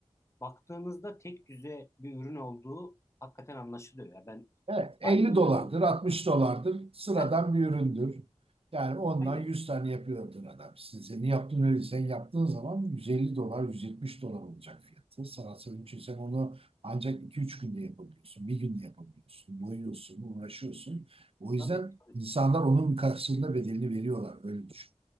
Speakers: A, on the left; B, on the right.
A: baktığınızda tek düze bir ürün olduğu hakikaten anlaşılıyor. Ya ben
B: Evet, 50
A: aynı
B: dolardır,
A: ürünü
B: 60 dolardır. Sıradan
A: heh,
B: bir üründür. Yani ondan
A: aynı
B: 100 tane yapıyordur adam. Size ne yaptın öyle sen yaptığın zaman 150 dolar, 170 dolar olacak fiyatı. Sanatsal için sen onu ancak 2-3 günde yapabiliyorsun. Bir günde yapabiliyorsun. Boyuyorsun, uğraşıyorsun. O yüzden
A: tabii, tabii.
B: insanlar onun karşılığında bedelini veriyorlar. Öyle düşün.